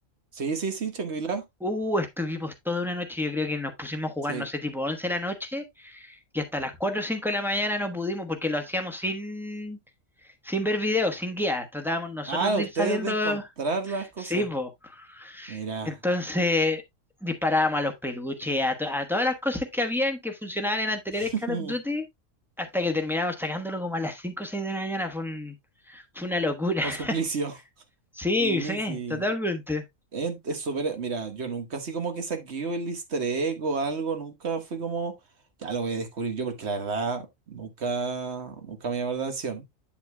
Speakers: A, on the right; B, in the centre.
A: Sí, sí, sí, Shangri-La.
B: Uh, estuvimos toda una noche, yo creo que nos pusimos a jugar,
A: Sí.
B: no sé, tipo once de la noche y hasta las 4 o 5 de la mañana no pudimos porque lo hacíamos sin, sin ver videos, sin guías. Tratábamos nosotros
A: Ah,
B: de
A: ustedes
B: ir sabiendo,
A: de encontrar las cosas.
B: sí, po.
A: Mira,
B: Entonces disparábamos a los peluches, a, to- a todas las cosas que habían que funcionaban en anteriores
A: <laughs>
B: Call of Duty hasta que terminamos sacándolo como a las 5 o 6 de la mañana. Fue un- fue una locura.
A: por
B: <laughs>
A: suplicio.
B: Sí,
A: Sí,
B: sí,
A: sí.
B: totalmente.
A: Es es súper. eh, Mira, yo nunca así como que saqué el easter egg o algo, nunca fui como. Ya lo voy a descubrir yo, porque la verdad, nunca, nunca me llamó la atención.